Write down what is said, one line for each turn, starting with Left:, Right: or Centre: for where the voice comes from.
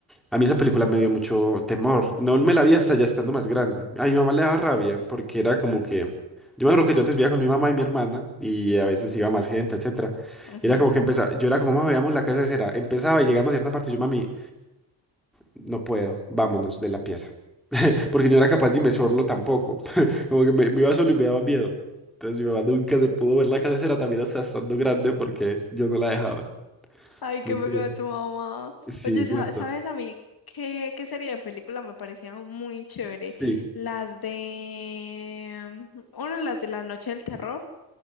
Centre: a mí esa película me dio mucho temor. No me la vi hasta ya estando más grande. A mi mamá le daba rabia porque era como que... Yo me acuerdo que yo antes vivía con mi mamá y mi hermana y a veces iba más gente, etcétera.
Left: Ujú.
Centre: Y era como que empezaba, yo era como, mamá, veamos la casa de cera. Empezaba y llegamos a cierta parte y yo, mami, No puedo, vámonos de la pieza. <laughs> Porque yo no era capaz de inmersorlo tampoco. <laughs> Como que me, me iba solo y me daba miedo. Entonces mi mamá nunca se pudo ver la casera también hasta estando grande porque yo no la dejaba.
Left: Ay,
Centre: Muy
Left: qué pecado
Centre: curioso.
Left: de tu mamá.
Centre: Sí,
Left: Oye,
Centre: cierto.
Left: sa- ¿sabes a mí qué, qué serie de película me parecía muy chévere?
Centre: Sí,
Left: Las de, mm, bueno, las de La Noche del Terror.